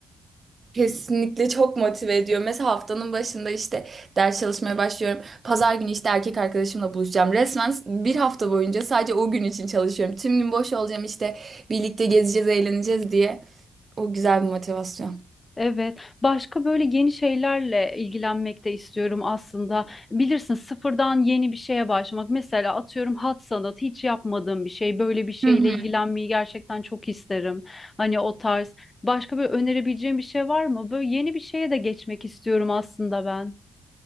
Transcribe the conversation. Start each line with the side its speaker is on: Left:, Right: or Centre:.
Right: Kesinlikle çok motive ediyor. Mesela haftanın başında işte ders çalışmaya başlıyorum. Pazar günü işte erkek arkadaşımla buluşacağım. Resmen bir hafta boyunca sadece o gün için çalışıyorum. Tüm gün boş olacağım işte birlikte gezeceğiz, eğleneceğiz diye. O güzel bir motivasyon.
Left: Evet, başka böyle yeni şeylerle ilgilenmek de istiyorum aslında. Bilirsin sıfırdan yeni bir şeye başlamak. Mesela atıyorum hat sanatı hiç yapmadığım bir şey. Böyle bir şeyle
Right: Hı hı.
Left: ilgilenmeyi gerçekten çok isterim. Hani o tarz. Başka böyle önerebileceğim bir şey var mı? Böyle yeni bir şeye de geçmek istiyorum aslında ben.